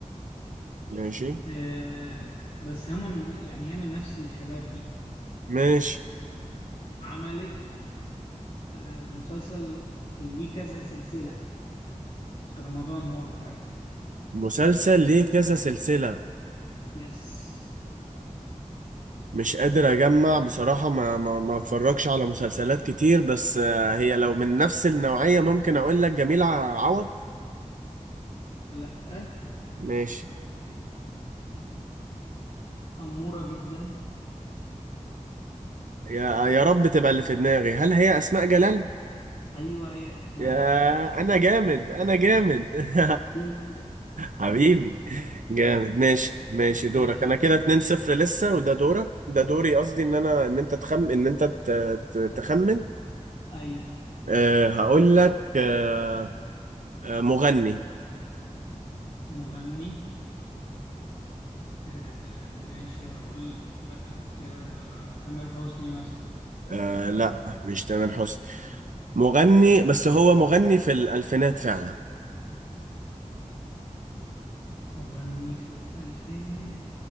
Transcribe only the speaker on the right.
ماشي
ماشي
مسلسل ليه كذا سلسلة
مش قادر اجمع بصراحة ما ما ما اتفرجش على مسلسلات كتير بس آه، هي لو من نفس النوعية ممكن اقول لك جميلة عوض
ماشي
يا يا رب تبقى اللي في دماغي هل هي اسماء جلال
يا
انا جامد انا جامد <laughs>
حبيبي جامد ماشي ماشي
دورك انا كده 2 0 لسه وده دورك ده دوري قصدي ان انا ان انت تخم ان انت ت- ت- تخمن
أه هقول لك أه آه، مغني
آه لا مش تامر حسني مغني بس هو مغني في الألفينات فعلا